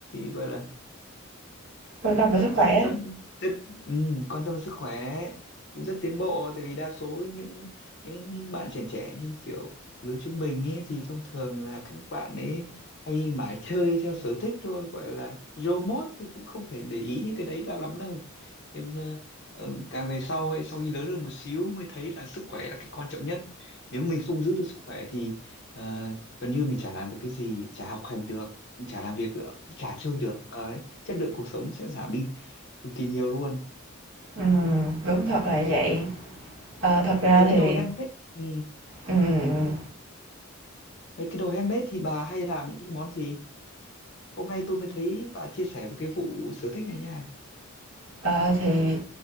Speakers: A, on the left; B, on the right.
A: gọi là
B: quan tâm về
A: rất
B: sức
A: rất
B: khỏe.
A: rất rất ừ, quan tâm đến sức khỏe cũng rất tiến bộ tại vì đa số những những bạn trẻ trẻ như kiểu lứa trung bình ấy thì thông thường là các bạn ấy hay mải chơi theo sở thích thôi gọi là rô mốt tôi cũng không thể để ý những cái đấy ra lắm đâu nhưng ờ, ờ, càng về sau ấy, sau khi lớn được một xíu mới thấy là sức khỏe là cái quan trọng nhất nếu mình không giữ được sức khỏe thì ờ, gần như mình chả làm được cái gì chả học hành được chả làm việc được chả chơi được Ờ, chất lượng cuộc sống sẽ giảm đi cực kỳ nhiều luôn
B: Ừm, đúng thật là như vậy. Ờ, thật ra
A: mấy cái
B: thì
A: đồ handmade ừ,
B: ừm, ừm, ừm.
A: mấy cái đồ handmade thì bà hay làm những cái món gì hôm nay tôi mới thấy bà chia sẻ về cái vụ sở thích này nha
B: Ờ, thì